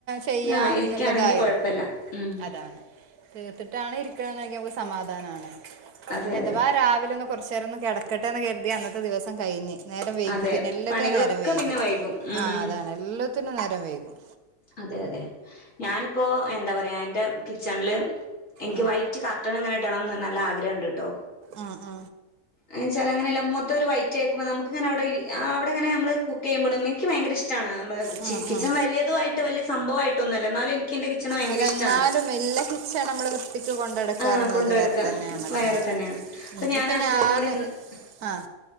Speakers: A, on the right; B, on the left.
A: ചെയ്യാം
B: ആഹ് ഇരിക്കാണെങ്കി
A: എന്നുള്ളതായിരുന്നു
B: കൊഴപ്പല്ല ഉം
A: അതാണ് തീർത്തിട്ടാണ് സമാധാനമാണ്
B: അതെ അതെ
A: അഥവാ രാവിലെ കുറച്ച നേരം ഒന്ന് കിടക്കട്ടെന്ന് കരുതി അന്നത്തെ ദിവസം കഴിഞ്ഞ് നേരം
B: അതെ
A: പിന്നെ എല്ലാത്തിനും
B: പണികളൊക്കെ
A: നേരം വൈകി
B: പിന്നെ വൈകും ഉം
A: ആ അതാണ് എല്ലാത്തിനും വൈകും
B: അതെ അതെ ഞാനിപ്പോൾ എന്താ പറയാ എൻ്റെ കിച്ചണില് എനിക്ക്
A: ഉം.
B: വൈറ്റ് കർട്ടൺ എങ്ങനെ കിട്ടാണം എന്ന് നല്ല ആഗ്രഹം ഉണ്ട് കേട്ടോ
A: ആഹ ആഹ
B: ആയ്ച്ച അങ്ങനെല്ല മുഖത്ത് ഒരു വൈറ്റ് പേപ്പർ ഉം നമുക്കെങ്ങനെ അവിടെ അവിടെങ്ങനെ നമ്മൾ കുക്ക് ചെയ്യുമ്പോഴും എനിക്ക് ഭയങ്കരഷ്ടം
A: ഉം
B: ചിരിപ്പിച്ച
A: ഉം
B: വലിയ ട്ട് വല്യ സംഭവായിട്ടൊന്നും അല്ല എന്നാലും എനിക്ക് എന്റെ കിച്ചണ് ഭയങ്കര
A: അല്ല
B: ഇഷ്ടാണ്
A: എന്നാലും എല്ലാംകിച്ചണും നമ്മള് വൃത്തിക്ക് കൊണ്ട നടക്കുന്നത്
B: ആ കൊണ്ട് നടക്ക
A: വേറെ തന്നെയാണ് ല്ലോ
B: വയറെ തന്നെയാണ് അപ്പൊ
A: ഉം
B: ഞാൻ
A: ഇപ്പൊ
B: ഹസ്ബൻഡിനോട്
A: ഞാനും
B: ഇന്ന്
A: ആഹ